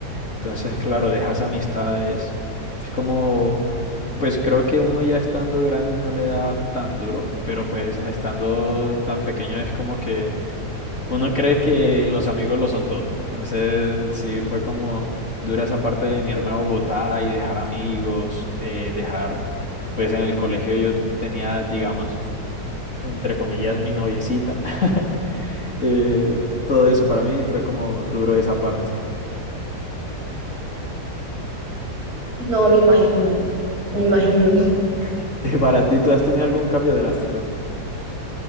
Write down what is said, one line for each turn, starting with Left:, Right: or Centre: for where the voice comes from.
Left: Entonces, claro, dejas amistades. Es como Pues creo que uno ya estando grande no le da tan duro, pero pues estando tan pequeño es como que uno cree que los amigos lo son todo. Entonces sí fue como dura esa parte de venirme a Bogotá y dejar amigos, eh, dejar, pues en el colegio yo tenía, digamos, entre comillas, mi noviecita. <laughs> Eh, todo eso para mí fue como duro esa parte.
Right: No, me imagino, me imagino.
Left: <laughs> ¿Para ti tú has tenido algún cambio drástico?